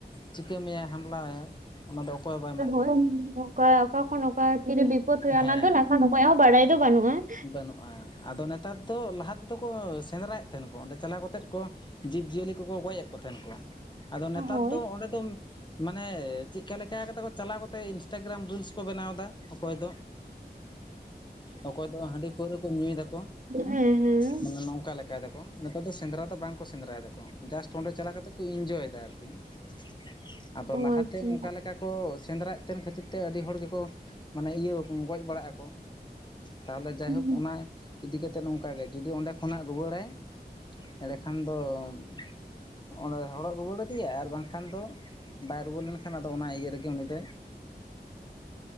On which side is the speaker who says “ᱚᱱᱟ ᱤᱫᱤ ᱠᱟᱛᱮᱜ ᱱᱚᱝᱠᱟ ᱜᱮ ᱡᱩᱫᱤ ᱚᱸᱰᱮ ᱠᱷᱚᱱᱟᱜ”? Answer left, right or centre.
Left